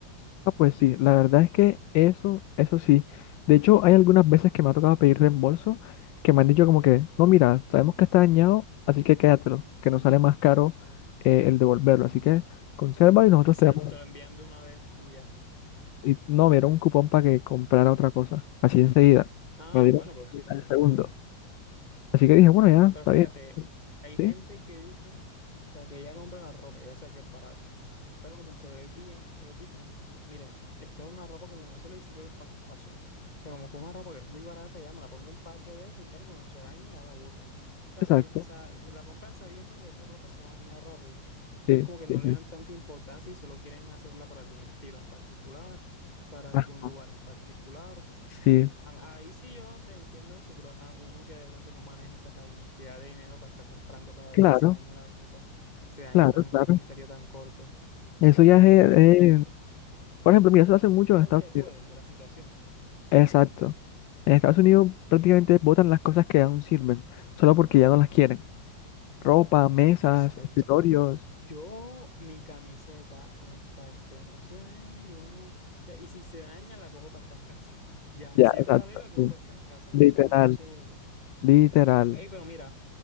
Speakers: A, on the left; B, on the left.
A: Ah, pues sí, la verdad es que eso, eso sí. De hecho, hay algunas veces que me ha tocado pedir reembolso que me han dicho como que, no, mira, sabemos que está dañado, así que quédatelo, que nos sale más caro eh, el devolverlo. Así que consérvalo y nosotros
B: Exacto,
A: te damos.
B: te lo envían de una vez y ya.
A: Y no, me dieron un cupón para que comprara otra cosa. Así enseguida.
B: Ah,
A: Me lo dieron
B: bueno, pero sí, también
A: al segundo.
B: está bien.
A: Así que dije, bueno, ya,
B: Pero
A: está
B: fíjate,
A: bien.
B: hay
A: Sí,
B: gente que dice, o sea, que ella compra la ropa, ya sea que es barata, pero como se ve bien, ellos dicen, mire, esta es una ropa como, eso le dicen que es fast fashion. O sea, como con una ropa que es muy barata, ya me la pongo un par de veces, ya y cuando se daña, ya la boto. O sea,
A: exacto.
B: piensa, la compran sabiendo que esa ropa se va a dañar rápido. Entonces,
A: Sí,
B: como que no
A: sí, sí.
B: le dan tanta importancia y solo quieren hacerla para algún estilo en particular, para algún
A: Ah,
B: lugar en particular.
A: sí,
B: A- Ahí sí yo te entiendo eso, pero ajá, uno que de pronto no maneja esa cantidad de dinero para estar comprando cada
A: claro,
B: vez que se daña la ropa, se daña
A: claro,
B: tan
A: claro.
B: en un periodo tan corto.
A: Eso ya es, eh,
B: Entiendo.
A: por ejemplo, mira, eso lo hacen mucho
B: Es
A: en Estados
B: el que puede,
A: Unidos.
B: el de la situación.
A: Exacto. En Estados Unidos prácticamente botan las cosas que aún sirven, solo porque ya no las quieren. Ropa, mesas,
B: Exacto.
A: escritorios.
B: Yo, mi camiseta, hasta que no se daña, yo no. o sea, y si se daña, la cojo para estar en casa. Ya,
A: Ya,
B: si es
A: exacto.
B: de salir, la cojo
A: sí.
B: para estar en casa, por
A: Literal,
B: eso no, no se vuelve.
A: literal.
B: Ey, pero mira,